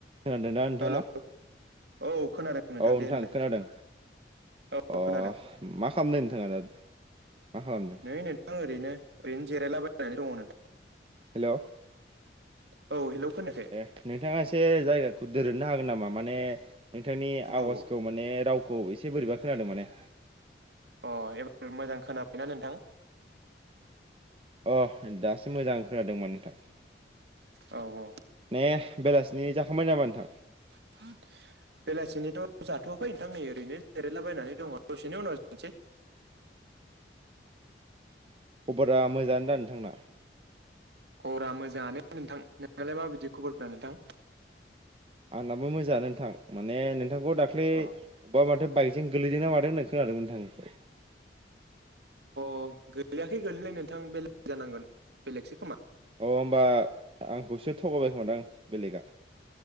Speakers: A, on the right; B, on the right.
A: खोनादोंना नोंथाङा
B: हेलौ औ खोनादों नोंथां
A: औ
B: दे होनलाय
A: खोनादों
B: औ
A: अ
B: खोनादों
A: मा खालामदों नोंथाङा दा मा खालामदों
B: नै नोंथां ओरैनो ओरैनो जिरायलाबायनानै दङ' नोंथां।
A: हेल'
B: औ हेलौ खोनायाखै
A: ए नोंथाङा एसे जायगाखौ दोरोदनो हागोन नामा माने नोंथांनि आवाजखौ
B: औ औ
A: माने रावखौ एसे बोरैबा खोनादों माने
B: अ एबार मोजां खोनाबायना नोंथां?
A: अह दासो मोजां खोनादों मोन नोंथां।
B: औ औ
A: ने बेलासिनि जाखांबाय नामा नोंथां?
B: <unintelligible> बेलासिनिथ' जाथ'वाखै नोंथां नै ओरैनो जिरायलाबायनानै दङ' दसेनि उनाव जानोसै
A: खबरा मोजाङानो दा नोंथांना?
B: खबरा मोजाङानो नोंथां नोंनाालाय माबायदि खबरफोरा नोंथां?
A: आंनाबो मोजांआनो नोंथां माने नोंथांखौ दाख्लै
B: अ
A: बबेबा माथो बाइक जों गोलैदों ना मादों होननाय खोनादोंमोन थांखौ
B: अ गोलैयाखै गोलैनाय नोंथां बेलेग जानांगोन बेलेगसो खोमा
A: अ होनोमबा आंखौसो थगायबाय खोमादां बेलेगआ